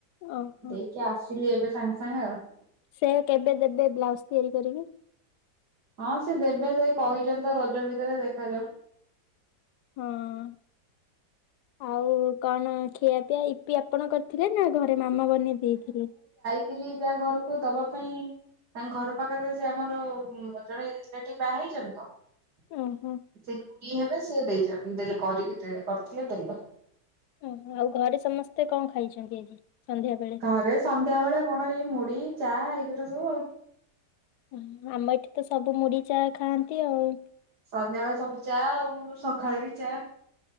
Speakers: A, on the left; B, on the right.
A: ଓହୋ।
B: ଦେଇକି ଆସିଲି, ଏବେ ସାଙ୍ଗେ ସା ସାଙ୍ଗ ।
A: ସେ କେବେ ଦେବେ ବ୍ଲାଉଜ ତିଆରି କରିକି?
B: ହଁ ସେ ଦେବେ ସେଇ କହିଛନ୍ତି ତ ରଜ ଭିତରେ ଦେଖାଯାଉ।
A: ହଁ <inaudible> ଆଉ କଣ ଖିଆପିଆ ଇିପି ଆପଣ କରିଥିଲେ ନା ଘ ମାମା ବନେଇ ଦେଇଥିଲେ।
B: ଯାଇ ଥିଲି ଘରକୁ ଦବା ପାଇଁ ତାଙ୍କ ଘର ପାଖରେ ସେ ଆମର ଜଣେ ଲେ ବାହା ହେଇଚନ୍ତି ତ।
A: ଓହୋ
B: <inaudible> ସେ କିଏ ହେବେ ସି ଦେଇ ଦେଲେ କରିକି କରିଥିଲେ ଦେଲ।
A: ଆଉ ଘରେ ସମସ୍ତେ କଣ ଖାଇଛନ୍ତି ଆଜି? ସନ୍ଧ୍ୟା ବେଳେ?
B: ଘରେ ସନ୍ଧ୍ୟା ବେଳେ କଣ ଏଇ ମୁଢି ଚା ଏଇ ସବୁ
A: ଓ ଆମ ଏଠି ତ ସବୁ ମୁଢି ଚା ଖାଆନ୍ତି ଆଉ।
B: ସନ୍ଧ୍ୟାବେେଳେ ସବୁ ଚା ଆଉ ସକାଳେ ବି ଚା।